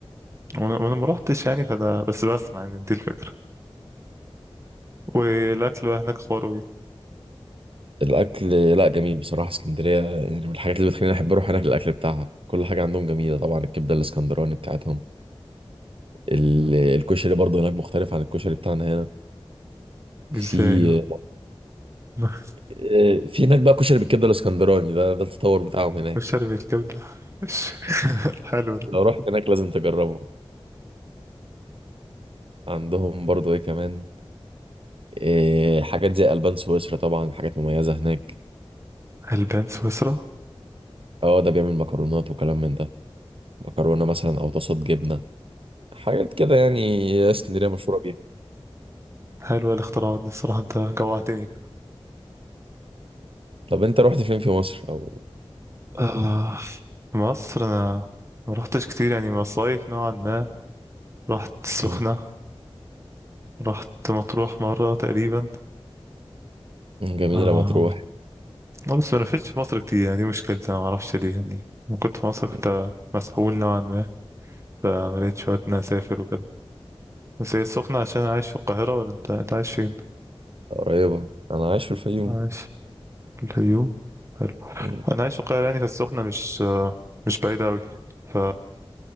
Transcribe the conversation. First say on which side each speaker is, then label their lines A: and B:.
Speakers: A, on the right; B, on the right.
A: وانا وأنا ما روحتش يعني فده بس بسمع يعني دي الفكرة والاكل بقى هناك خروي
B: الأكل لا جميل بصراحة اسكندرية يعني من الحاجات اللي بتخليني أحب أروح هناك الأكل بتاعها كل حاجة عندهم جميلة طبعا الكبدة الاسكندراني بتاعتهم ال- الكشري برضه هناك مختلف عن الكشري بتاعنا هنا في
A: ازاي يعني <laughs>
B: إيه، في هناك بقى كشري بالكبده الاسكندراني ده ده التطور بتاعهم هناك
A: والشرب الكبدة <laughs> حلو ده
B: لو رحت هناك لازم تجربه عندهم برضو ايه كمان إيه حاجات زي البان سويسرا طبعا حاجات مميزه هناك
A: البان سويسرا
B: اه ده بيعمل مكرونات وكلام من ده مكرونه مثلا او طاسات جبنه حاجات كده يعني اسكندريه مشهوره بيها
A: حلوة الاختراعات دي الصراحة انت جوعتني كده.
B: طب انت رحت فين في مصر او
A: آه. مصر انا ما رحتش كتير يعني مصايف نوعا ما رحت السخنة
B: مم،
A: رحت مطروح مرة تقريبا
B: جميله
A: آه.
B: مطروح
A: آه، بس ما لفتش في مصر كتير يعني دي مشكلتي أنا معرفش ليه يعني لما كنت في مصر كنت
B: مم،
A: مسحول نوعا ما فملقتش وقت إن أنا أسافر وكده بس هي السخنة عشان أنا عايش في القاهرة ولا أنت أنت عايش فين؟
B: قريبه انا عايش في الفيوم
A: عايش في الفيوم حلو
B: مم.
A: أنا عايش في القاهرة يعني فالسخنة مش آه، مش بعيدة أوي ف